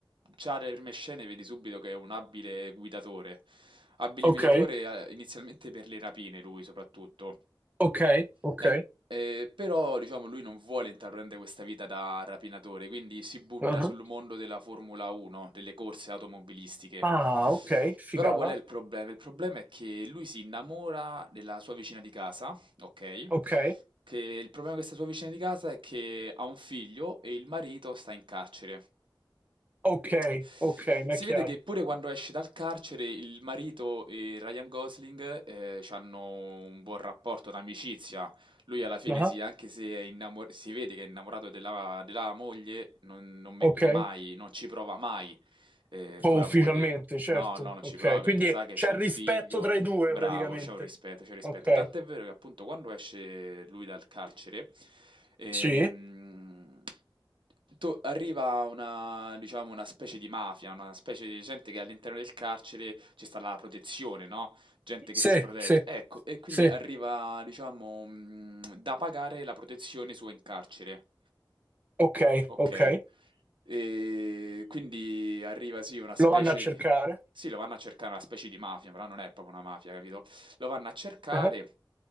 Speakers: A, on the right; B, on the right.
A: già dalle prime scene vedi subito che è un abile guidatore. Abile
B: Ok,
A: guidatore eh, inizialmente per le rapine, lui soprattutto.
B: ok, ok.
A: È un- eh, però, diciamo, lui non vuole intraprendere questa vita da rapinatore, quindi si butta
B: Uh-huh.
A: sul mondo della Formula 1, delle corse automobilistiche.
B: Ah, ok, figata.
A: Però qual è il problema? Il problema è che lui si innamora della sua vicina di casa Okay.
B: Ok,
A: Che il problema di questa sua vicina di casa è che ha un figlio e il marito sta in carcere.
B: ok,
A: Si
B: ok, mi è chiaro.
A: vede che pure quando esce dal carcere il marito e Ryan Gosling, ehm, c'hanno un buon rapporto, un'amicizia. Lui alla fine
B: Uh-huh.
A: sì, anche se è innamo si vede che è innamorato della della moglie, non non mette
B: Ok,
A: mai non ci prova mai, ehm,
B: Oh,
A: con
B: ufficialmente,
A: la moglie.
B: certo.
A: No, no, non
B: Ok,
A: ci prova
B: quindi
A: perché sa che
B: c'è
A: c'ha
B: il
A: un
B: rispetto
A: figlio,
B: tra i due
A: Bravo,
B: praticamente.
A: c'è un rispetto, c'è un rispetto.
B: Ok,
A: Tant'è vero che appunto quando esce lui dal carcere, ehm,
B: sì,
A: to- arriva una, diciamo, una specie di mafia, una specie di gente che all'interno del carcere ci sta la protezione, no? Gente
B: sì,
A: che si protegge.
B: sì,
A: Ecco, e quindi
B: sì.
A: arriva, diciamo, mm, da pagare la protezione sua in carcere.
B: Ok,
A: Ok,
B: ok.
A: e quindi arriva sì una specie
B: Lo vanno a cercare?
A: di... Sì, lo vanno a cercare una specie di mafia, però non è proprio una mafia, capito? Lo vanno a cercare
B: Eh,